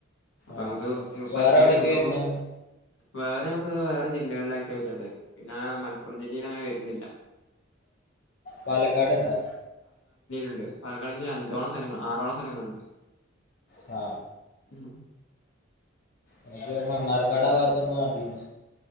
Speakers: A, on the left (about 80°); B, on the left (about 45°).
A: അപ്പൊ
B: ആഹ്
A: നമുക്ക്
B: വേറെ
A: പറ്റിയത്
B: എവിടൊക്കെ
A: നിങ്ങൾക്ക്
B: വരുന്നെ
A: വേറെ നമുക്ക് വേറെ ജില്ലകളിലായിട്ടാ വരുന്നത് പിന്നെ മലപ്പുറം ജില്ലയിൽ അങ്ങനെ വരുന്നില്ല. <inaudible>
B: പാലക്കാട് ണ്ടോ?
A: ണ്ട് പാലക്കാട് അഞ്ചോളം സ്ഥലങ്ങൾ ആറോളം സ്ഥലങ്ങളുണ്ട്.
B: ആ
A: ഉം
B: എനിക്ക് മണ്ണാർക്കാടാ ഭാഗത്ത് നിന്ന് വേണ്ടിരുന്നു.